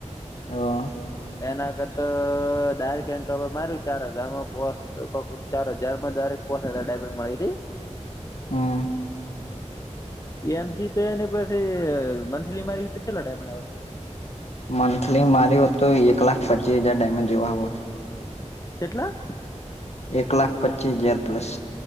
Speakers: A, on the left (about 60°); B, on the left (about 25°).
A: અ.
B: એના કરતા દારેક એન્તર પર માર્યું ચાર હજાર માં પોચ ટોપ અપ ચાર હજારમાં દારે. પોચ હાજર ડાયમંડ મળી હતી.
A: હમ્મ.
B: એનથી તો એની પછી મંથલી મા એવી રીતે ચેટલા ડાયમંડ આવે.
A: મંથલી મારી હોત તો એક લાખ પચી હજાર ડાયમંડ જેવા હોત.
B: કેટલા?
A: એક લાખ પચી હજાર પ્લસ.